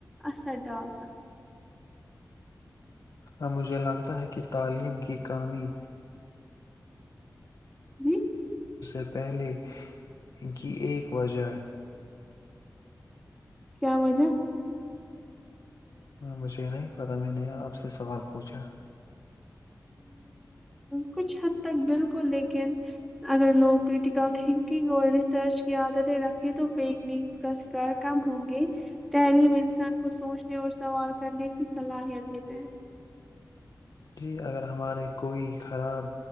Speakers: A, in the centre; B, on the left.
A: اثر ڈال سکتی ہیں
B: امجھے لگتا ہے کہ تعلیم کی کامی
A: جی
B: اس سے پہلے کی ایک وجہ
A: کیا وجہ
B: مجھے نہیں پتا میں نے آپ سے سوال پوچھا
A: کچھ حد تک بالکل لیکن اگر لوگ کریٹیکل تھنکنگ اور ریسرچ کی عادتیں رکھیں تو فیک نیوگز کا شکار کم ہوں گی تحلیم انسان کو سوچنے اور سوال کرنے کی صلاحیت دیتے ہیں
B: جی اگر ہمارے کوئی خراب